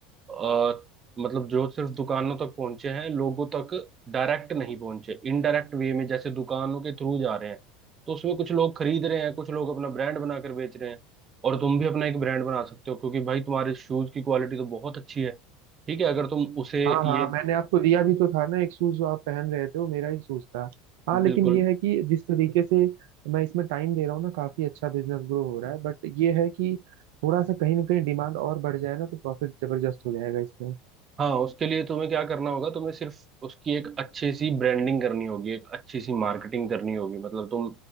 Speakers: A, on the right; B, on the right.
A: अ, मतलब जो सिर्फ दुकानों तक पहुंचे हैं लोगों तक डायरेक्ट नहीं पहुंचे इनडायरेक्ट वे में जैसे दुकानों के थ्रू जा रहे हैं तो उसमें कुछ लोग खरीद रहे हैं कुछ लोग अपना ब्रांड बनाकर बेच रहे हैं और तुम भी अपना एक ब्रांड बना सकते हो क्योंकि भाई तुम्हारे शूज की क्वालिटी तो बहुत अच्छी है ठीक है अगर तुम उसे
B: हाँ हाँ
A: ये
B: मैंने आपको दिया भी तो था ना एक शूज जो आप पहन रहे थे वो मेरा ही शूज था हाँ लेकिन
A: बिल्कुल
B: ये है कि जिस तरीके से मैं इसमें टाइम दे रहा हूँ ना काफी अच्छा बिजनेस ग्रो हो रहा है बट ये है कि थोड़ा सा कहीं ना कहीं डिमांड और बढ़ जाए ना तो प्रॉफिट जबरदस्त हो जाएगा इसमें
A: हाँ उसके लिए तुम्हें क्या करना होगा तुम्हें सिर्फ उसकी एक अच्छी सी ब्रांडिंग करनी होगी एक अच्छी सी मार्केटिंग करनी होगी मतलब तुम